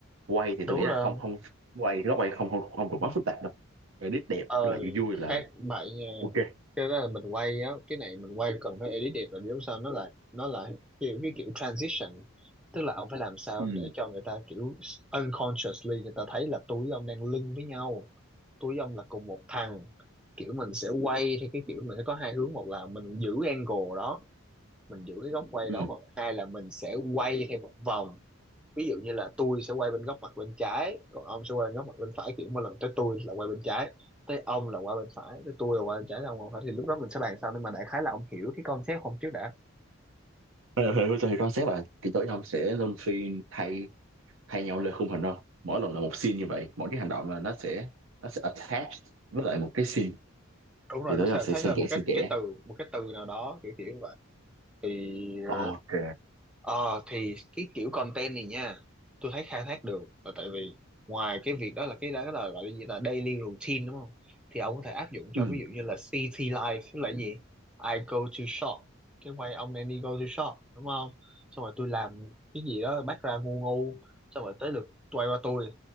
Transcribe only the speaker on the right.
quay thì
tôi nghĩ là
không không quay góc quay không không không được quá phức tạp đâu edit đẹp
tức là vui vui là
ok
ừ
ừ
Thế thì thì concept là kỹ tối ông sẽ luân phiên thay thay nhau lên khung hình không mỗi lần là một scene như vậy mỗi cái hành động là nó sẽ nó sẽ attached
với lại một cái scene
thì tối
ông sẽ
xen
kẽ xen
kẽ
ok
ừ